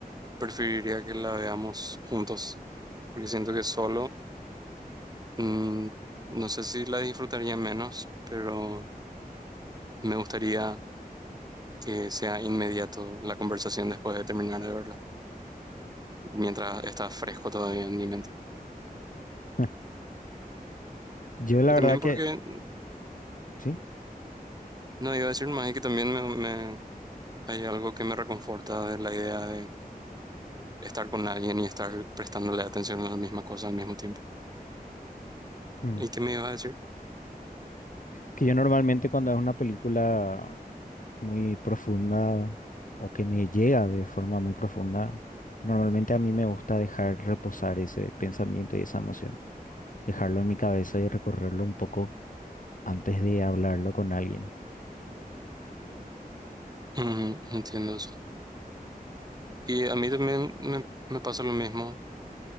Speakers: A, on the right; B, on the left.
A: preferiría que la veamos juntos, porque siento que solo, mm, no sé si la disfrutaría menos, pero me gustaría que sea inmediato la conversación después de terminar de verlo, mientras está fresco todavía en mi mente.
B: <laughs> Yo la
A: Y
B: verdad
A: también
B: que
A: porque,
B: Sí.
A: no iba a decir más, es que también me, me- hay algo que me reconforta de la idea de estar con alguien y estar prestándole atención a la misma cosa al mismo tiempo.
B: Mm.
A: ¿Y qué me iba a decir?
B: Que yo normalmente cuando es una película muy profunda o que me llega de forma muy profunda, normalmente a mí me gusta dejar reposar ese pensamiento y esa emoción, dejarlo en mi cabeza y recorrerlo un poco antes de hablarlo con alguien.
A: <clears throat> Ujú, entiendo eso. Y a mí también me, me pasa lo mismo,